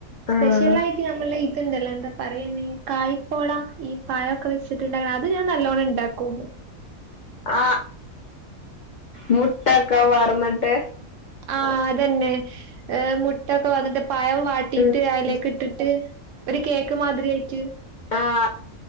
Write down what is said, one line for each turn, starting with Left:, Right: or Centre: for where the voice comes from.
Right: സ്പെഷ്യലായിട്ട്
Left: ആഹ്
Right: ഞമ്മള ഇതുണ്ടല്ലോ എന്താ പറയയിന് കായ്പോള ഈ പയൊക്കെ വെച്ചിട്ടുണ്ട അത് ഞാൻ നല്ലോണ്ണം ഉണ്ടാക്കും
Left: ആഹ് മുട്ടക്കെ പാർന്നിട്ട്
Right: ആഹ് അതന്നെ മുട്ടൊക്കെ വന്നിട്ട് പഴം വാട്ടിയിട്ട്
Left: ഉം
Right: അതിലേക്ക്
Left: ഉം
Right: ഇട്ടിട്ട് ഒരു കേക്ക് മാതിരി ആയിട്ട്
Left: ആഹ്